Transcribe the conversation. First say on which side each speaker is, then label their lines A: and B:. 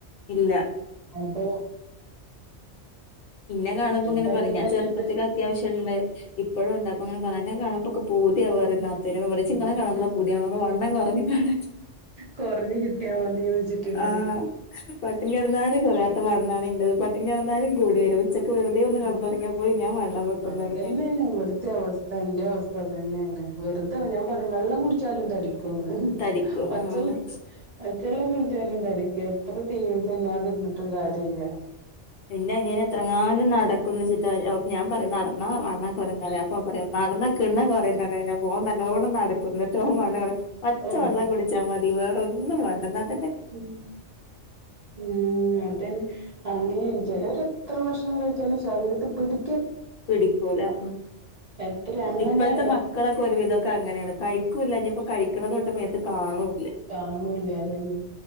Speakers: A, on the left; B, on the right.
A: ഇല്ല
B: അപ്പൊ
A: ഇന്നെ കാണുമ്പോ ഇങ്ങനെ
B: അപ്പ അയിക്കും
A: പറയും ഞാൻ
B: നല്ലത്
A: ചെറുപ്പത്തിലത്യാവശ്യം ഇണ്ട് ഇപ്പോഴും ഉണ്ട് അപ്പൊ അങ്ങനെ പറയും ന്നെ കാണുമ്പോക്കെ പൂ തിവാ പറയും നാത്തൂനൊക്കെ പറയും
B: ആഹ്
A: ച്ച് ഇങ്ങളെ കാണമ്പഴാ പൂതി ആവണ് വണ്ണം കൊറഞ്ഞു കാണാൻ
B: കൊറഞ്ഞ് കിട്ടിയാ മതിന്ന് വെച്ചിട്ടില്ലേ
A: ആഹ് പട്ടിണി കെടന്നാലും കൊറയാ ത്ത വണ്ണാണ് ൻ്റെത് പട്ടിണി കെടന്നാലും കൂടി വരും ഉച്ചക്ക് വെറുതെ ഒന്ന്
B: ഉം
A: കടന്നുറങ്ങിയാ പോലും ഞാൻ വണ്ണം വെക്കുംന്ന്
B: അതന്നെന്നാണ്
A: പറഞ്ഞ് ഞാന്
B: ഇവിടത്തെ അവസ്ഥ എൻ്റെം അവസ്ഥ അനതന്നെയാണ് വെറുതെ ഞാൻ പറയും വെള്ളം കുടാച്ചാലും തടി ക്കുന്ന്
A: തടിക്കും
B: പച്ചെള്ളം
A: ആഹ്
B: പച്ചെള്ളം കുടിച്ചാലും തടിക്കാന്ന് എത്ര തി തിന്നാതിരുന്നിട്ടും കാര്യല്ല
A: പിന്നെ അനിയനും എത്ര കാലം നടക്ക ക്കുന്ന്ച്ചിട്ടാ ഞാൻ പറയും നടന്ന വണ്ണം കൊറയും പറയും അപ്പൊ ഓൻ പറയും നടന്ന കിണ്ണം കൊറയും പറയും ഞാൻ പോകാൻ നല്ലോണം നടക്കുന്നു എന്നിട്ടാണ് മണേറെ പച്ച
B: ഓ
A: വെള്ളം കുടിച്ചാ മതി വേറൊന്നും വേണ്ട എന്നാലും
B: ഉം ഊം അതന്നെ അതെ ചെലര് എത്ര ഭഷണം കഴിച്ചാലും ശരീരത്തി പിടി
A: പിടിക്കൂല ഉം
B: എത്ര അങ്ങനെ
A: ഇപ്പഴത്തെ മക്കളൊക്കെ ഒരുവിധൊക്കെ അങ്ങനേണ് കഴി ക്കൂല്ല ഇനി ഇപ്പൊ കഴിക്കണതൊട്ട് മേത്ത് കാണും
B: കാണൂല്ല അതന്നെ